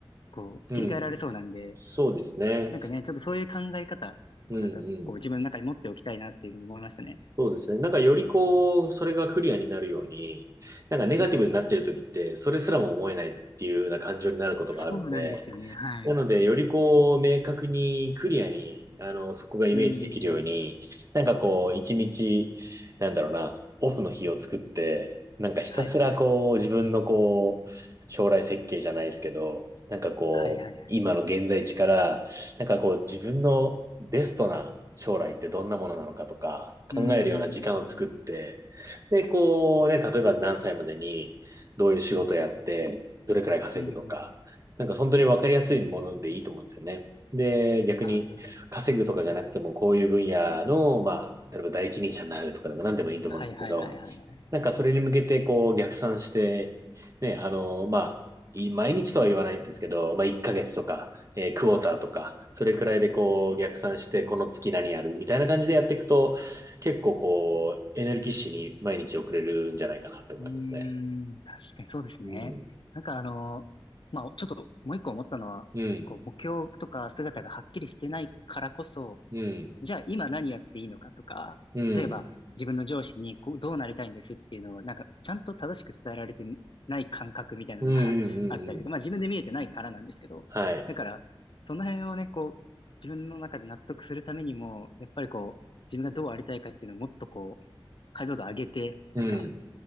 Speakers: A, on the left; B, on the right.
A: こう、
B: うん。
A: 切り替えられそうなんで、
B: うん。そうですね。
A: なんかね、ちょっとそういう考え方をなんかこう自分の中に持っておきたいなっていうふうに思いましたね。
B: うんうん。そうですね。なんかよりこう、それがクリアになるように、なんかネガティブになってる時って、
A: うんうんうん。
B: それすらも思えないっていうような感情になることがあるんで、
A: そうなんですよね。はい。
B: なので、
A: う
B: よりこう、明確にクリアに、あの、そこがイメージできるように、
A: ーん。
B: なんかこう、一日、なんだろうな、オフの日を作って、なんかひたすらこう、
A: はいはいはい。
B: 自分のこう、将来設計じゃないですけど、なんかこう、
A: はいはいはい。
B: 今の現在地から、なんかこう、自分のベストな将来ってどんなものなのかとか、考えるような時間を作って、
A: うーんうんうん
B: で、こうね、例えば何歳までに、どういう仕事やって、どれくらい稼ぐとか、
A: うん。うんうん。
B: なんか本当に分かりやすいものでいいと思うんですよね。で、逆に稼ぐとかじゃなくても、
A: ああ。
B: こういう分野の、まあ、例えば第一人者になるとかでも何でもいいと思うんですけど、
A: はいはいはいはいはい。
B: なんかそれに向けてこう逆算して、ね、あの、まあ、い毎日とは言わないんですけど、まあ1ヶ月とか、えークォーターとか、それくらいでこう逆算して、この月何やるみたいな感じでやっていくと、結構こう、エネルギッシュに毎日送れるんじゃないかなと思いますね。
A: うーん。確かにそうですね。
B: うん。
A: なんかあの、まあちょっともう一個思ったのは、
B: うん。
A: こう目標とか姿がはっきりしてないからこそ、
B: うん。
A: じゃあ今何やっていいのかとか、
B: うん。
A: 例えば自分の上司にこうどうなりたいんですっていうのをなんかちゃんと正しく伝えられてない感覚みたいなのが
B: うん。うん。
A: <laughs>
B: うん。
A: あったりとか、
B: うん。
A: まあ自分で見えてないからなんですけど、
B: はい。
A: だからその辺をね、こう自分の中で納得するためにも、やっぱりこう自分がどうありたいかっていうのをもっとこう解像度上げて、
B: うん。
A: なんか